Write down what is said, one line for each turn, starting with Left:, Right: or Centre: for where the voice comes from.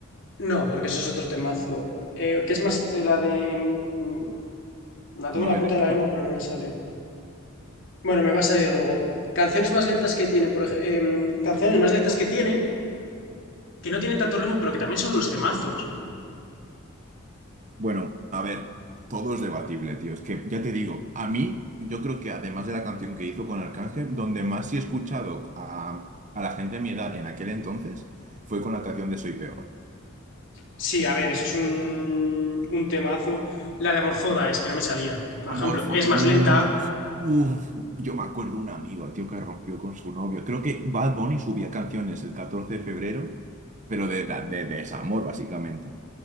Left: no, porque eso es otro temazo, Eh, que es más, eh, la de, mm, la
Right: Tú
Left: tengo
Right: no
Left: en
Right: me
Left: la punta
Right: detectas.
Left: de la lengua, pero no me sale. Bueno, me va a salir luego. Canciones más lentas que tienen, por ejemplo, canciones más lentas que tienen, que no tienen tanto ritmo, pero que también son unos temazos.
Right: Bueno, a ver, todo es debatible, tío. Es que ya te digo, a mí, yo creo que además de la canción que hizo con Arcángel, donde más sí he escuchado a, a la gente de mi edad en aquel entonces fue con la canción de Soy Peor.
Left: Sí, a ver, eso es un, un temazo. La de Amorfoda es que no me salía. Por
Right: Amorfo,
Left: ejemplo, es
Right: uff,
Left: más lenta.
Right: uff, yo me acuerdo un amigo, tío, que rompió con su novio. Creo que Bad Bunny subía canciones el catorce de febrero, pero de, la- de, de desamor, básicamente.